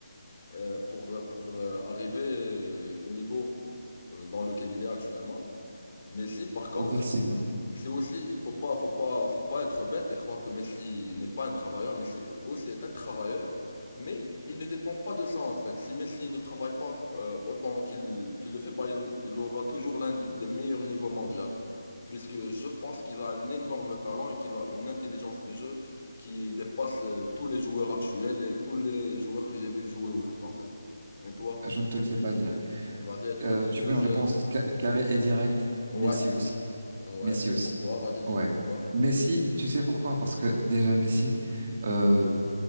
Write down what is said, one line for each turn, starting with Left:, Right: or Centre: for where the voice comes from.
Left: euh, pour, pour euh, arriver euh, au niveau euh, dans lequel il est actuellement. Messi, par contre,
Right: Effectivement.
Left: c'est aussi, faut pas, faut pas, faut pas être bête et croire que Messi n'est pas un travailleur. Messi aussi est un travailleur, mais il ne dépend pas de ça en fait. Si Messi ne travaille pas euh, autant qu'il qu'il le fait, bah, il, il aura toujours l'un d- des meilleurs niveaux mondiaux. Puisque je pense qu'il a un énorme talent et qu'il a une intelligence de jeu qui dépasse euh, tous les joueurs actuels et tous les joueurs que j'ai vu jouer au foot en fait. Et toi?
Right: Je ne te le fais pas dire.
Left: Vas-y, et toi,
Right: Euh,
Left: tu es
Right: tu
Left: plus...
Right: veux une réponse
Left: euh,
Right: ca- carrée et directe?
Left: Ouais,
Right: Messi aussi.
Left: ouais.
Right: Messi
Left: Et
Right: aussi.
Left: pourquoi? Vas-y, dis-moi
Right: Ouais.
Left: pourquoi.
Right: Messi, tu sais pourquoi? Parce que déjà, Messi, euh,